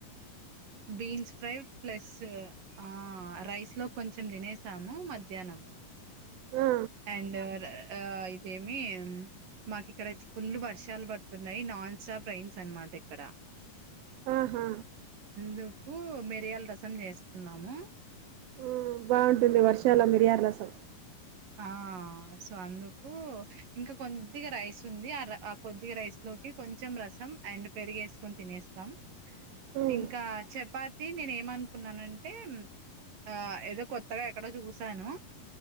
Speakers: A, on the right; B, on the right.
A: beans fry plus ఆ రైస్ లో కొంచెం తినేసాము మధ్యాహ్నం
B: ఆ
A: అండ్ ర ఆ ఇదేమి మాకు ఇక్కడయితే ఫుల్ వర్షాలు పడుతున్నాయి్ నాన్ స్టాప్ రయిన్స్ అనమాట ఇక్కడ
B: ఆహా
A: దుకు మిరియాల రసం చేసుకున్నాము
B: ఆ బాగుంటుంది వర్షాల మిరియార్లాసం
A: ఆ సో అందుకు ఇంకా కొద్దిగా రైస్ ఉంది ఆ కొద్దిగా రైస్ లో ఒకే కొంచెం రసం అండ్ పెరిగేసుకొని తినేస్తాం
B: మ్
A: ఇంకా చెప్ పాతి నేను ఏమనుకున్నానంటే ఆ ఏదో కొత్తగా ఎక్కడో చూసాను